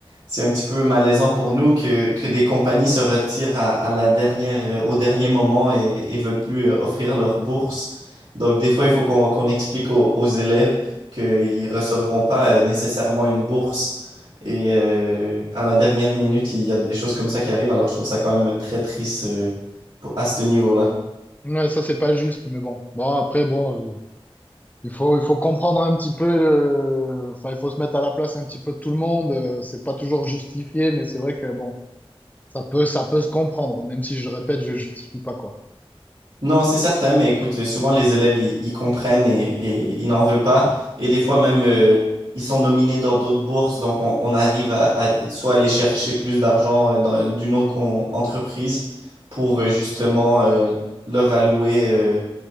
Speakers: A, on the right (about 65°); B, on the left (about 15°).
A: c'est un petit peu malaisant pour nous que, que des compagnies se retirent à, à la dernière, euh, au dernier moment et, et veulent plus euh, offrir leur bourse. Donc des fois, il faut qu'on qu'on explique aux, aux élèves qu'ils recevront pas euh, nécessairement une bourse. Et euh, à la dernière minute, il y a des choses comme ça qui arrivent. Alors je trouve ça quand même très triste euh, pour- à ce niveau-là.
B: Ouais, ça, c'est pas juste, mais bon. Bon, après, bon, euh, il faut, il faut comprendre un petit peu le... Enfin, il faut se mettre à la place un petit peu de tout le monde. Euh, C'est pas toujours justifié, mais c'est vrai que, bon. Ça peut, ça peut se comprendre, même si je répète, je justifie pas, quoi.
A: Non, c'est certain, mais écoute, souvent les élèves, ils, ils comprennent et, et ils n'en veulent pas. Et des fois même, euh, ils sont nominés dans d'autres bourses, donc on, on arrive à, à soit aller chercher plus d'argent euh, dans- d'une autre con- entreprise pour euh, justement euh, leur allouer euh,